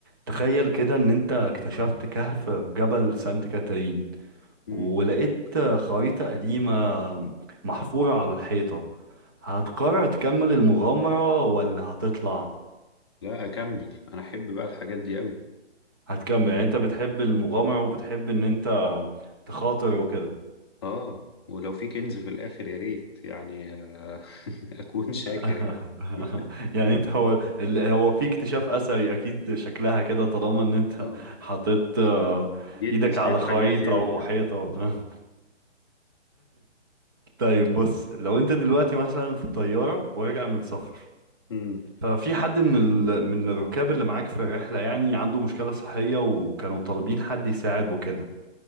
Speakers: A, on the right; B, on the left.
A: تخيل كده ان انت اكتشفت كهف في جبل سانت كاترين
B: مم.
A: ولقيت آه، خريطة قديمة محفورة على الحيطة هتقرر تكمل المغامرة ولا هتطلع؟
B: لا أكمل أنا أحب بقى الحاجات دي قوي
A: هتكمل يعني انت بتحب المغامرة وبتحب ان انت تخاطر
B: آه.
A: وكده
B: آه ولو في كنز في الآخر يا ريت يعني آه <laughs> أكون شاكر
A: <laughs>
B: يعني <laughs>
A: يعني انت هو ال- هو في اكتشاف اثري اكيد شكلها كده طالما ان انت
B: آه
A: حطيت آه،
B: جدي
A: ايدك
B: شايف
A: على خريطة
B: حاجات هنا
A: وحيطة وبتاع. <laughs> طيب بص لو انت دلوقتي مثلا في طيارة وراجع من سفر
B: <laughs> مم.
A: ففي حد من ال... من الركاب اللي معاك في الرحلة يعني عنده مشكلة صحية وكانوا طالبين حد يساعد وكده